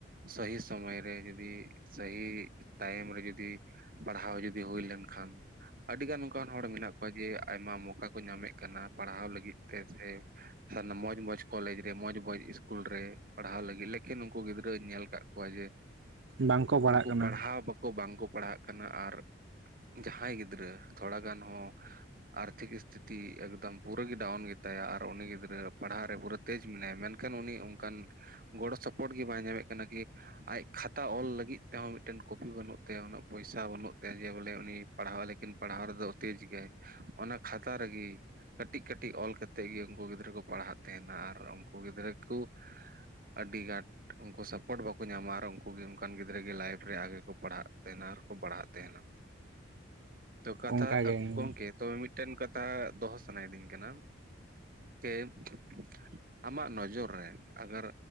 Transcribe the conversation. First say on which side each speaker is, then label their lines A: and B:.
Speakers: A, on the right; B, on the right.
A: ᱥᱟᱹᱦᱤ ᱾ ᱥᱚᱢᱚᱭ ᱨᱮ ᱡᱩᱫᱤ ᱥᱟᱹᱦᱤ ᱛᱟᱭᱚᱢ ᱨᱮ ᱡᱩᱫᱤ ᱯᱟᱲᱦᱟᱣ ᱡᱩᱫᱤ ᱦᱩᱭ ᱞᱮᱱ ᱠᱷᱟᱱ ᱾ ᱟᱹᱰᱤ ᱜᱟᱱ ᱚᱱᱠᱟᱱ ᱦᱚᱲ ᱢᱮᱱᱟᱜ ᱠᱚᱣᱟ ᱡᱮ ᱟᱭᱢᱟ ᱢᱚᱠᱟ ᱠᱚ ᱧᱟᱢᱮᱫ ᱠᱟᱱᱟ ᱯᱟᱲᱦᱟᱣ ᱞᱟᱹᱜᱤᱫ ᱛᱮ ᱾ ᱥᱮ ᱥᱟᱨ ᱢᱚᱸᱡᱽ ᱢᱚᱸᱡᱽ ᱠᱚᱞᱮᱡᱽ ᱨᱮ ᱢᱚᱸᱡᱽ ᱢᱚᱸᱡᱽ ᱤᱥᱠᱩᱞ ᱨᱮ ᱯᱟᱲᱦᱟᱣ ᱞᱟᱹᱜᱤᱫ᱾ ᱞᱮ ᱠᱤᱱ ᱱᱩᱠᱩ ᱜᱤᱫᱽᱨᱟᱹᱧ ᱧᱮᱞ ᱟᱠᱟᱫ ᱠᱚᱣᱟ ᱡᱮ
B: ᱵᱟᱝᱠᱚ ᱯᱟᱲᱦᱟᱜ
A: ᱩᱱᱠᱩ
B: ᱠᱟᱱᱟ
A: ᱯᱟᱲᱦᱟᱣ ᱵᱟ ᱠᱚ ᱵᱟᱝ ᱠᱚ ᱯᱟᱲᱦᱟᱜ ᱠᱟᱱᱟ ᱟᱨ ᱡᱟᱦᱟᱸᱭ ᱜᱤᱫᱽᱨᱟᱹ ᱛᱷᱚᱲᱟ ᱜᱟᱱ ᱦᱚᱸ ᱾ ᱟᱨ ᱛᱷᱤᱠ ᱥᱛᱷᱤᱛᱤ ᱮᱠᱫᱚᱢ ᱯᱩᱨᱟᱹᱜᱮ ᱰᱟᱣᱩᱱ ᱜᱮᱛᱟᱭᱟ ᱟᱨ ᱩᱱᱤ ᱜᱤᱫᱽᱨᱟᱹ ᱯᱟᱲᱦᱟᱜ ᱨᱮ ᱯᱩᱨᱟᱹ ᱛᱮᱡᱽ ᱢᱮᱱᱟᱭᱟ ᱢᱮᱱ ᱠᱷᱟᱱ ᱩᱱᱤ ᱚᱱᱠᱟᱱ ᱜᱚᱲᱚ ᱥᱚᱯᱚᱦᱚᱫ ᱜᱮ ᱵᱟᱭ ᱧᱟᱢᱮᱫ ᱠᱟᱱᱟ ᱠᱤ ᱾ ᱟᱡ ᱠᱷᱟᱛᱟ ᱚᱞ ᱞᱟᱹᱜᱤᱫ ᱛᱮᱦᱚᱸ ᱢᱤᱫᱴᱮᱱ ᱠᱚᱯᱤ ᱵᱟᱹᱱᱩᱜ ᱛᱟᱭᱟ᱾ ᱩᱱᱟᱹᱜ ᱯᱚᱭᱥᱟ ᱵᱟᱹᱱᱩᱜ ᱛᱟᱭᱟ ᱡᱮ ᱵᱚᱞᱮ ᱩᱱᱤ ᱾ ᱯᱟᱲᱦᱟᱣ ᱞᱮᱠᱤᱱ ᱯᱟᱲᱦᱟᱣ ᱨᱮᱫᱚ ᱛᱮᱡᱽ ᱜᱮᱭ ᱚᱱᱟ ᱠᱷᱟᱛᱟ ᱨᱮᱜᱮ ᱠᱟᱹᱴᱤᱡ ᱠᱟᱹᱴᱤᱡ ᱚᱞ ᱠᱟᱛᱮᱫ ᱜᱮ ᱩᱱᱠᱩ ᱜᱤᱫᱽᱨᱟᱹ ᱠᱚ ᱯᱟᱲᱦᱟᱜ ᱛᱟᱦᱮᱱᱟ ᱟᱨ ᱩᱱᱠᱩ ᱜᱤᱫᱽᱨᱟᱹ ᱠᱚ ᱾ ᱟᱹᱰᱤ ᱜᱟᱴ ᱩᱱᱠᱩ ᱥᱟᱵ ᱾ ᱥᱟᱯᱳᱴ ᱵᱟᱠᱚ ᱧᱟᱢᱟ ᱟᱨ ᱩᱱᱠᱩᱩᱜ ᱜᱮ ᱚᱱᱠᱟᱱ ᱜᱤᱫᱽᱨᱟᱹ ᱜᱮ ᱞᱟᱭᱤᱯᱷ ᱨᱮ ᱟᱜᱮ ᱠᱚ ᱯᱟᱲᱦᱟᱜ ᱛᱟᱸᱦᱮᱱᱟ ᱟᱨ ᱠᱚ ᱵᱟᱲᱦᱟᱜ ᱛᱟᱸᱦᱮᱱᱟ ᱾ ᱛᱚ ᱠᱟᱛᱷᱟ
B: ᱚᱱᱠᱟᱜᱮ
A: <unintelligible>
B: ᱦᱮᱸ
A: ᱛᱚ ᱢᱤᱫ ᱴᱮᱱ ᱠᱟᱛᱷᱟ ᱫᱚᱦᱚ ᱥᱟᱱᱟᱭᱮᱫ ᱤᱧ ᱠᱟᱱᱟ ᱡᱮ ᱾ ᱟᱢᱟᱜ ᱱᱚᱡᱚᱨ ᱨᱮ ᱟᱜᱟᱨ